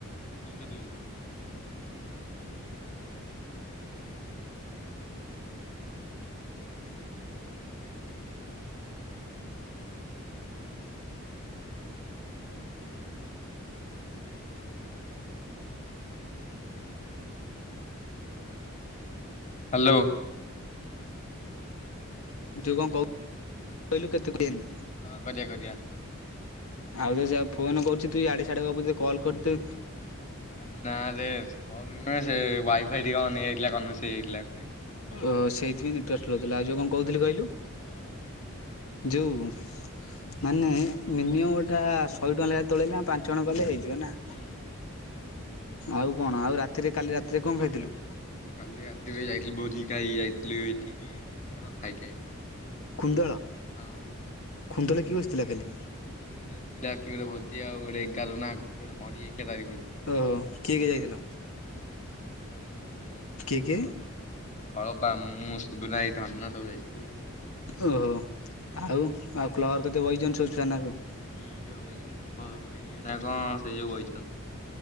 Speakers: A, on the left; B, on the left.
A: ଦୁଇଶହ ଦୁଇଶହ ହାଲୋ।
B: ଯଉ କଣ କଉ, କହିଲୁ କେତେ କୁହେନି।
A: ହଁ କରିିଆ କରିିଆ।
B: ଆଉ ଯେ ସେ ଫୋନ କରୁଛି ତୁ ଇଆଡେ ସିଆଡ଼େ ଗପୁଛୁ ତତେ କଲ୍ କରି ତେ
A: ଆରେ ନାରେ ସେ କଲ୍ ନୂହେଁ ସେ ୱାଇଫାଇ ଟିକେ ଅନ୍ ହେଇଯାଇଥିଲା କନଭେସ ହେଇଯାଇଥିଲା।
B: ଓ ସେଇଥିପାଇ ନେଟୱାର୍କ ସ୍ଲୋ ଥିଲା। ଆଉ ଯେ କଣ କହୁଥିଲି କହିଲୁ
A: ହଁ।
B: ଯୋଉ ମାନେ ମିନିମମ୍ ଗୋଟା ଶହେ ଟଙ୍କା ଲେଖା ତୋଳେଇଲେ ପାଞ୍ଚ ଜଣ କଲେ ହେଇଯିବ ନା?
A: ହୁଁ ହୁଁ।
B: ଆଉ କଣ, ଆଉ ରାତିରେ କାଲି ରାତିରେ କଣ ଖାଇଥିଲୁ?
A: କାଲି ରାତିରେ ଯାଇଥିଲି ଭୋଜି ଖାଇ ଯାଇଥିଲୁ ଏଠିକି କୁନ୍ଦଣ ଖାଇକି ଆଇଲି।
B: କୁନ୍ଦଳ?
A: ହଁ।
B: ଖୁଣ୍ଡୁଳ କିଏ ବସିଥିଲା କାଲି?
A: କୁନ୍ଦଳ ପିଲା କିଏ ଗୋଟେ ଭୋଜି ଆଉ ଗୋଟେ ଏଗାର ନା, କିଏ ଗୋଟେ ମରିଯାଇଥିଲା ତାରି ଭୋଜି। ଥିଲା
B: ଓହୋ କିଏ କିଏ ଯାଇଥିଲ
A: ଯାଇଥିଲୁ ଶିବୁନୁ ଭାଇ ମୁଁ ଧନ
B: କିଏ କିଏ
A: ସବୁ। କଳପା ମୁଁ ସୁଗୁନୁ ଭାଇ ଧନ ସବୁ ଯାଇଥିଲୁ।
B: ଓହୋ। ଆଉ,
A: ହୁଁ
B: ଆଉ କ୍ଲରରେ କେତେ ବଇଛନ୍ତି ସବୁ ଛୁଆ ନା ସବୁ।
A: ହୁଁ ଛୁଆ ବଇଛନ୍ତି କଣ ଖେଳିବେ ନା କଣ ସେଇ ଯୋଉ ବଇଛନ୍ତି।